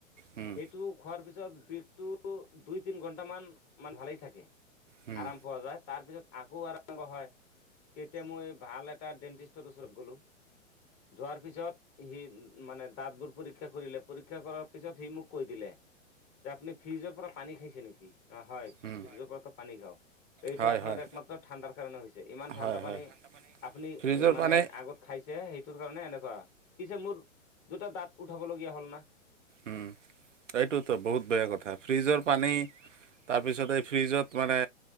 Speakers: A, on the right (about 65°); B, on the left (about 20°).
A: উম
B: সেইটো খোৱাৰ পিছ পিছত বিষটো দুই তিন ঘণ্টামান মান ভালেই থাকে।
A: উম
B: আৰাম পোৱা যায় তাৰ পিছত আকৌ আৰম্ভ হয় তেতিয়া মই ভাল এট এটা ডেণ্টিষ্টৰ ওচৰত গলো' যোৱাৰ পিছত সি মানে দাঁতবোৰ পৰীক্ষা কৰিলে পৰীক্ষা কৰাৰ পিছত সি মোক কৈ দিলে যে আপুনি ফ্ৰিজৰ পৰা পানী খাইছে নেকি? অ' হয়
A: উম
B: ফ্ৰিজৰ পৰা পানী খাওঁ। এইটো
A: হয়
B: আপোনাৰ
A: হয়
B: একমাত্ৰ ঠাণ্ডাৰ কাৰণে হৈছে ইমান ঠাণ্ডা
A: হয়
B: পানী
A: হয়
B: আপুনি
A: ফ্ৰিজৰ
B: মানে
A: পানী
B: আগত খাইছে সেইটোৰ কাৰণে এনেকুৱ বা <inaudible> পিছে মোট দুটা দাঁত উঠাবলগীয়া হ'ল না।
A: উম। এইটোতো বহুত বেয়া কথা। ফ্ৰিজৰ পানী তাৰপিছত এই ফ্ৰিজত মানে